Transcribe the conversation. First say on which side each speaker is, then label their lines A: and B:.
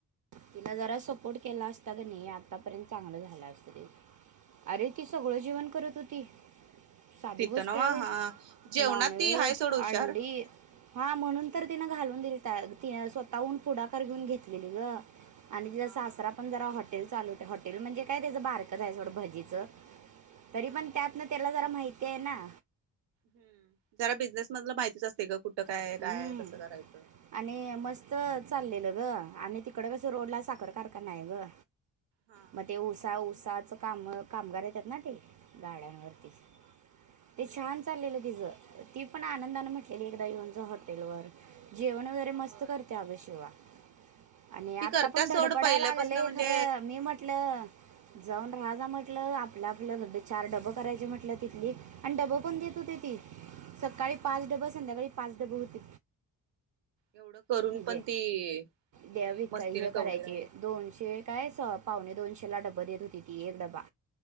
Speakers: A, on the right; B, on the right.
A: तिन जरा सपोर्ट केला असता का नाही आतापर्यंत चांगलं झालं असतं ते अरे ती सगळं जेवण करत होती साधी
B: तिथं
A: गोष्ट
B: नव्ह
A: आहेवे
B: हा जेवणात
A: नॉन व्हेज
B: ती हाय सोड
A: अंडी
B: हुशार
A: हा म्हणून
B: हम्म
A: तर तिनं घालून दिली ति स्वतःहून पुढाकार घेऊन घेतलेली ग आणि ति
B: हा
A: सासरा
B: हा
A: पण जरा हॉटेल चालूते हॉटेल म्हणजे काय त्याचं बारकच आहे सोडं भजीचं तरी
B: हा
A: पण त्यातन त्याला जरा माहिती आहे ना
B: हम् जरा बिझनेस मधला माहितीच असते का कुठ
A: हम्म.
B: काय कं करायचं
A: आणि मस्त चाललेलं ग आणि तिकड कसं
B: हम्म
A: रोड ला साखर कार का नाही ग
B: हा
A: मग ते उऊसा उऊसाच काम कामगार येतात ना ते गाड्यांवरती
B: हम्म
A: ते छान चाललेलं ति ज ती पण आनंदान म्हटलेली एकदा येऊनच हॉटेल वर जेवण वगर रे मस्त
B: बर
A: करते आवेशिवा आणि
B: ती
A: आता
B: करत्या
A: पण
B: सोड
A: धडपडाय
B: पहिल्यापासन
A: लागले
B: म्हणजे
A: खरं मी म्हटलं जाऊन राहा जा म्हटलं आपलं आपलं घर चार डबं करायची म्हटलं तिथली आणि डबं
B: हम्म
A: पण देत होते ती सकाळी पाच डब संध्याकाळी पाच डब होते
B: एवढं करून
A: तिजे
B: पण ती ही
A: द्या विक
B: मस्तीने
A: ह
B: केवढी
A: करायचे
B: राहिली
A: दोनशे काय सप पाहणे दोनशेला डब्बा देत होती ती एक ड्बा